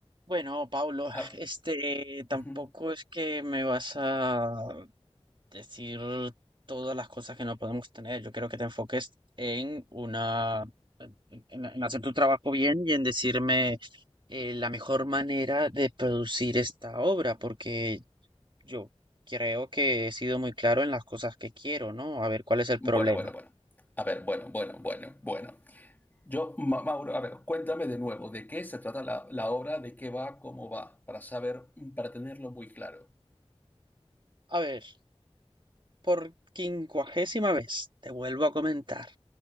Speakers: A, on the right (about 45°); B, on the left (about 15°).
A: Bueno, Pablo,
B: Ah,
A: este, tampoco
B: ujú.
A: es que me vas a decir todas las cosas que no podemos tener. Yo quiero que te enfoques en una, en, en- en hacer tu trabajo bien y en decirme eh, la mejor manera de producir esta obra, porque yo creo que he sido muy claro en las cosas que quiero, ¿no? A ver, ¿cuál es el
B: bueno,
A: problema?
B: bueno, bueno. A ver, bueno, bueno, bueno, bueno. Yo, Ma- Mauro, a ver, cuéntame de nuevo, ¿de qué se trata la, la obra? ¿De qué va? ¿Cómo va? Para saber, mm, para tenerlo muy claro.
A: A ver. Por quincuagésima vez te vuelvo a comentar.